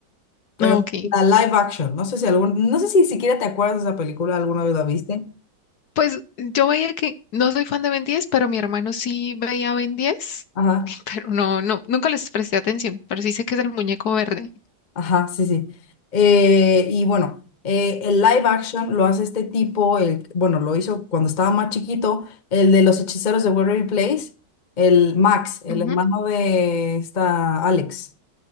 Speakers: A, on the left; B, on the left.
A: pero
B: Ah, ok.
A: la live action, no sé si algún, no sé si siquiera te acuerdas de esa película, alguna vez la viste.
B: Pues yo veía que no soy fan de Ben 10, pero mi hermano sí veía Ben 10,
A: Ajá.
B: <laughs> pero no, no, nunca les presté atención, pero sí sé que es el muñeco verde.
A: Ajá, sí, sí. Eh, y bueno, eh, el live action lo hace este tipo, el, bueno, lo hizo cuando estaba más chiquito, el de los hechiceros de Waverly Place, el Max, el
B: Ujú,
A: hermano de esta Alex,